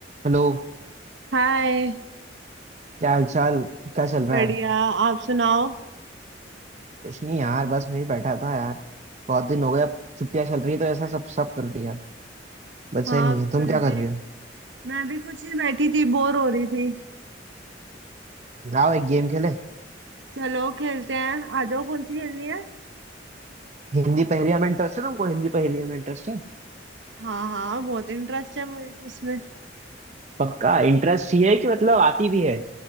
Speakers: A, on the right (about 40°); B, on the right (about 90°).
A: Hello
B: हाय
A: क्या हालचाल क्या चल रहा
B: बढ़िया
A: है
B: आप सुनाओ
A: कुछ नहीं यार बस मैं ही बैठा था यार बहुत दिन हो गए अब छुट्टियां चल रही है तो ऐसा सब सब कर दिया बचा
B: हाँ
A: ही नहीं
B: मैं
A: है तुम क्या
B: भी
A: कर रहे हो
B: मैं भी कुछ ही बैठी थी बोर हो रही थी
A: आओ एक गेम खेले
B: चलो खेलते हैं आ जाओ कौन सी खेलनी है
A: हिंदी पहेलियां में इंटरेस्ट है तुमको हिंदी पहेलियां में इंटरेस्ट है
B: हाँ हाँ बहुत इंटरेस्ट है मुझे तो उसमें
A: पक्का इंटरेस्ट ये है कि मतलब आती भी है